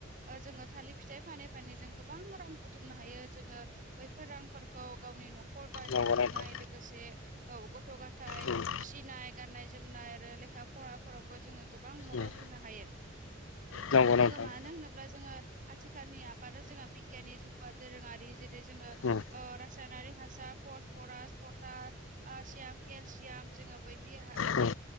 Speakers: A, on the right; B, on the left.
A: ओ जोंङो थालिर फिथाइ फानै फानै जों गोबां रां बुथुमनो हायो जोंङो बैफोर रांफोरखौ गावनि न'खर ब
B: नंगौ
A: जिउ खुंनाय
B: नोंथां
A: लोगोसे औ गथ' गथाय
B: उम
A: फिसिनाय गाननाय जोमनाय आरो लेखा फराफोरावबो जोंङो गोबां मदद
B: उम
A: होनो हायो।
B: नंगौ
A: जोंङो
B: नोंथां
A: मानो
B: उम
A: होनोब्ला जोंङो आथिखालनि आबादा जोंहा बिगियाननि जुगबा दोरोङारि जेरै जोंङो ओ
B: उम
A: रासायनारि हासार फसफरास पट पासियाम केलसियाम जोंङो बै बे
B: उम